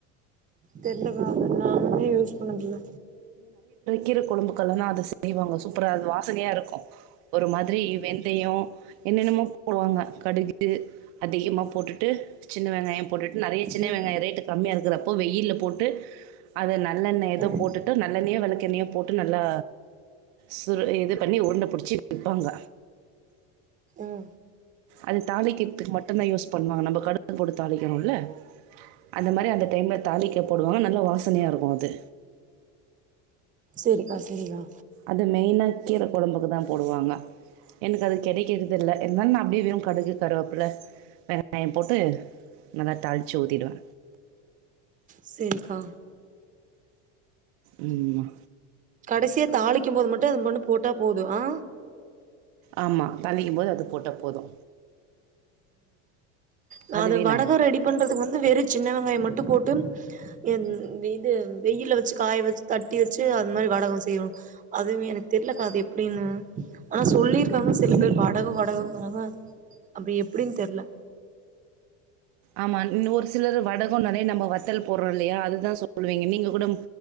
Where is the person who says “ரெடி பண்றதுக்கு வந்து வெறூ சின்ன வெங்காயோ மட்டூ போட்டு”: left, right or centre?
Right